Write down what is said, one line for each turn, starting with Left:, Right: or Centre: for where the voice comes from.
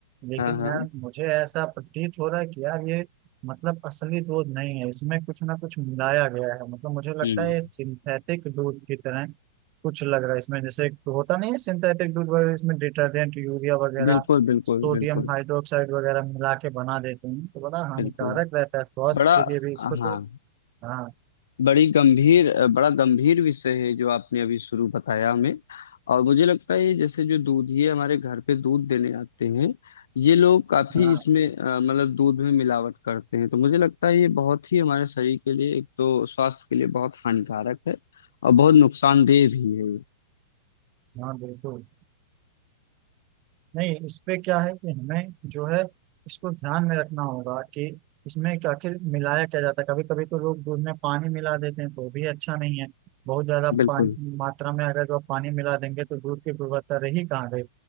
Right: लेकिन
Left: हाँ हाँ
Right: यार मुझे ऐसा प्रतीत हो रहा है कि यार ये मतलब असली दूध नहीं है इसमें कुछ ना कुछ मिलाया गया है मतलब मुझे लगता
Left: हम्म
Right: है ये सिंथेटिक दूध की तरह कुछ लग रहा है इसमें जैसे एक होता नहीं है सिंथेटिक दूध वगैरह इसमें डिटर्जेंट यूरिया वगैरह
Left: बिल्कुल बिल्कुल
Right: सोडियम
Left: बिल्कुल
Right: हाइड्रोक्साइड वगैरह मिला के बना देते हैं तो बड़ा हानिकारक
Left: बिल्कुल
Right: रहता है स्वास्थ्य
Left: बड़ा
Right: के लिए भी इसको
Left: हाँ
Right: तो हाँ
Left: बड़ी गंभीर अ, बड़ा गंभीर विषय है जो आपने अभी शुरू बताया हमें और मुझे लगता है ये जैसे जो दूधिए हमारे घर पे दूध देने आते हैं ये लोग काफी
Right: हाँ
Left: इसमें अ, मतलब दूध में मिलावट करते हैं तो मुझे लगता है ये बहुत ही हमारे शरीर के लिए एक तो स्वास्थ्य के लिए बहुत हानिकारक है और बहुत नुकसानदेह भी है ये।
Right: हाँ बिल्कुल नहीं इस पे क्या है कि हमें जो है इसको ध्यान में रखना होगा कि इसमें क्या- आखिर मिलाया क्या जाता है कभी कभी तो लोग दूध में पानी मिला देते हैं तो भी अच्छा नहीं है बहुत ज्यादा
Left: बिल्कुल
Right: पानी मात्रा में अगर जो आप पानी मिला देंगे तो दूध की गुणवत्ता रही कहाँ गई